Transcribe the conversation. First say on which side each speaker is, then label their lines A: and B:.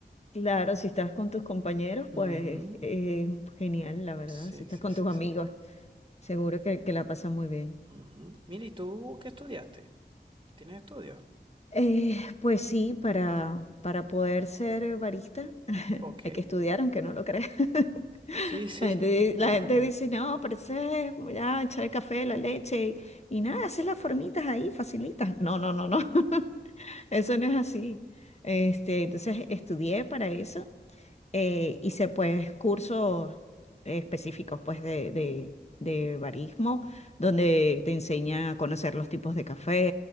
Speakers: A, on the left; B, on the right.
A: Claro, si estás con tus compañeros,
B: Ujú.
A: pues eh, genial, la verdad.
B: Sí,
A: Si estás
B: sí,
A: con
B: sí,
A: tus amigos,
B: sí.
A: seguro que, que la pasas muy bien.
B: Ujú. Mira, ¿y tú qué estudiaste? ¿Tienes estudios?
A: Eh, pues sí, para, para poder ser barista <laughs>
B: Ok.
A: Hay que estudiar aunque no lo creas. <laughs>
B: Sí, sí,
A: La gente, di-
B: <laughs> me
A: la
B: imagino.
A: gente dice, no, pero eso es ya echar el café, la leche y, y nada, hacer las formitas ahí, facilitas. No, no, no, no. <laughs> Eso no es así. Este, entonces estudié para eso eh, hice pues cursos específicos pues de, de, de barismo, donde te enseña a conocer los tipos de café,